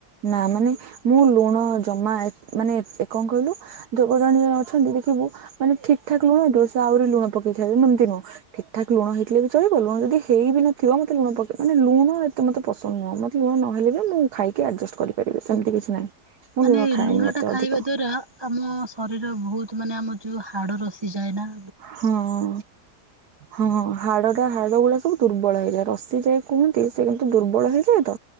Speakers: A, on the right; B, on the right.
A: ନାଁ ମାନେ ମୁଁ ଲୁଣ ଜମା ଏ ମାନେ ଏ କଁ କହିଲୁ ଧୋଗୁ ଜଣିଏ ଅଛନ୍ତି ଦେଖିବୁ ମାନେ ଠିକ୍ ଠାକ୍ ଲୁଣ ହେଇଥିବ ସେ ଆହୁରି ଲୁଣ ପକେ ଇଠା ବି ମୁଁ ଏମତି ନୁହଁ ଠିକ୍ ଠାକ୍ ଲୁଣ ହେଇଥିଲେ ବି ଚଳିବ ଲୁଣ ଯଦି ହେଇ ବି ନଥିବ ମତେ ଲୁଣ ପକେ ମାନେ ଲୁଣ ଏତେ ମତେ ପସନ୍ଦ ନୁହଁ ମତେ ଲୁଣ ନହଲେ ବି ମୁଁ ଖାଇକି ଆଡଜଷ୍ଟ୍ କରିପାରିବି ସେମତି କିଛି ନାହିଁ। ମୁଁ
B: ମାନେ
A: ଲୁଣ ଖାଏନି
B: ଲୁଣଟା
A: ଏତେ
B: ଖାଇବା
A: ଅଧିକ
B: ଦ୍ଵାରା ଆମ ଶରୀର ଭୋଉତ୍ ମାନେ ଆମ ଯୋଉ ହାଡ଼ ରସିିଯାଏ ନାଁ?
A: ହଁ ହଁ। ହାଡ଼ଟା ହାଡ଼ ଗୁଡ଼ା ସବୁ ଦୁର୍ବଳ ହେଇଯାଏ ରସି ଯାଏ କୁହନ୍ତି ସେ କିନ୍ତୁ ଦୁର୍ବଳ ହେଇଯାଏ ତ